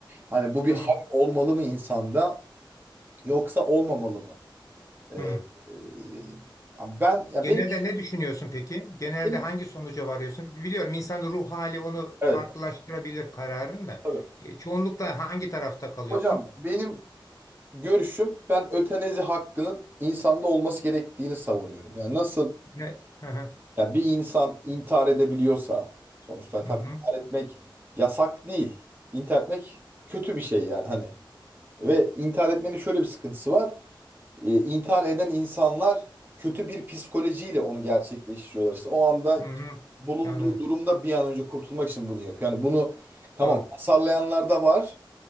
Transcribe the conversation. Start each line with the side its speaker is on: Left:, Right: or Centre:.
Right: Hani bu bir
Left: Hı, hı.
Right: hak olmalı mı insanda yoksa olmamalı mı? Ee,
Left: hı.
Right: e, yani ben ya
Left: Genelde
Right: benim
Left: ne düşünüyorsun peki? Genelde
Right: benim
Left: hangi sonuca varıyorsun? Biliyorum insanın ruh hali onu
Right: evet
Left: farklılaştırabilir kararını da.
Right: tabii.
Left: Ge- Çoğunlukla hangi tarafta kalıyorsun?
Right: Hocam benim görüşüm ben ötenazi hakkının insanda olması gerektiğini savunuyorum. Yani nasıl
Left: Ne? Hı hı.
Right: yani bir insan intihar edebiliyorsa sonuçta hani
Left: Hı
Right: tabii
Left: hı.
Right: intihar etmek yasak değil. İntihar etmek kötü bir şey yani hani ve intihar etmenin şöyle bir sıkıntısı var. E, intihar eden insanlar kötü bir psikolojiyle onu gerçekleştiriyorlar. İşte o anda
Left: Hı hı.
Right: bulunduğu
Left: Anladım.
Right: durumda bir an önce kurtulmak için bunu yapıyor. Yani bunu tamam
Left: Doğru.
Right: hasarlayanlar da var